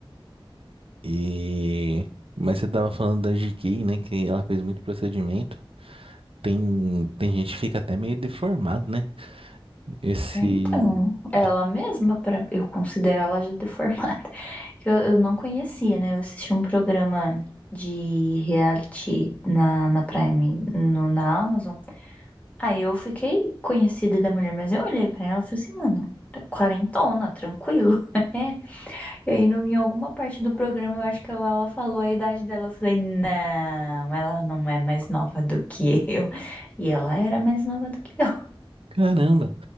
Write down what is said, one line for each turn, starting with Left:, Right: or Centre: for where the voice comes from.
Right: E... Mas você tava falando da GK, né? Que ela fez muito procedimento. Tem, tem gente que fica até meio deformado, né? Esse.
Left: é, então, ela
Right: e-
Left: mesma, pra eu considero ela já deformada. que eu, eu não conhecia, né? Eu assisti um programa de reality na, na Prime, no, na Amazon. Aí eu fiquei conhecida da mulher, mas eu olhei pra ela e falei assim, mano, tá quarentona, tranquilo. <laughs> E aí, no, em alguma parte do programa, eu acho que ela, ela falou a idade dela. Eu falei, não, ela não é mais nova do que eu. E ela era mais nova do que eu.
Right: Caramba!